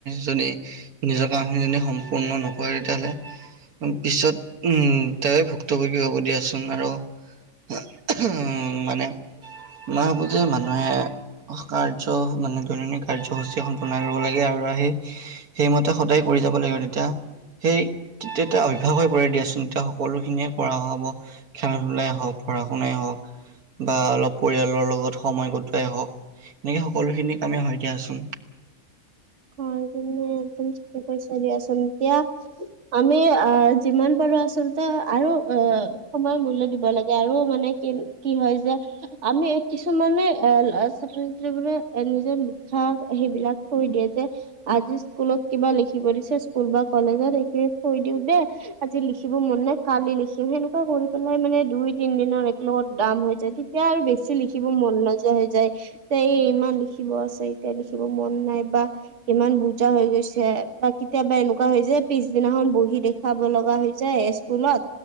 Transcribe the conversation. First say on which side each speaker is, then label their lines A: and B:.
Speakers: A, on the right; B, on the right.
A: যদি নিজৰ কাম খিনি যদি সম্পূৰ্ণ নকৰে তেতিয়া হ'লে পিছত উম তেওঁৱে ভুক্তভোগী হ'ব দিয়াচোন আৰু <unintelligible> উম, মানে মই ভাবোঁ যে মানুহে কাৰ্য মানে দৈন <unintelligible> কাৰ্যসূচী এখন বনাই ল'ব লাগে আৰু আহি সেইমতে সদায় কৰি যাব লাগিব তেতিয়া সেই তেতিয়া অভ্যাস হৈ পৰে দিয়াচোন তেতিয়া সকলোখিনিয়ে কৰা হ'ব। খেলা-ধূলাই হওক পঢ়া শুনাই হওক। বা অলপ পৰিয়ালৰ লগত সময় কটোৱাই হওক এনেকে সকলোখিনি কামেই হয় দিয়াচোন।
B: হয় তুমিয়ে একদম ঠিকে কৈছা দিয়াচোন। এতিয়া আমি অ' যিমান পাৰোঁ আচলতে আৰু অ' সময়ৰ মূল্য দিব লাগে আৰু মানে কি-কি হয় যায় আমি এ কিছুমানে এ ল'ৰা ছাত্ৰ-ছাত্ৰীবোৰে এ নিজে লিখা সেইবিলাক থৈ দিয়ে যে আজি স্কুলত কিবা লিখিব দিছে স্কুল বা কলেজত সেইখিনি থৈ দিওঁ দেই। আজি লিখিব মন নাই কালি লিখিম সেনেকুৱা কৰি পেলাই মানে দুই তিন দিনৰ একেলগত দাম হৈ যায় দেই। তেতিয়া আৰু বেছি লিখিব মন নযোৱা হৈ যায়। এতিয়াই ইমান লিখিব আছে এতিয়া লিখিব মন নাই বা ইমান বুজা হৈ গৈছে বা কেতিয়াবা এনেকুৱা হৈ যে পিছদিনাখন বহি দেখ দেখুওৱাব লগা হৈছে এ স্কুলত।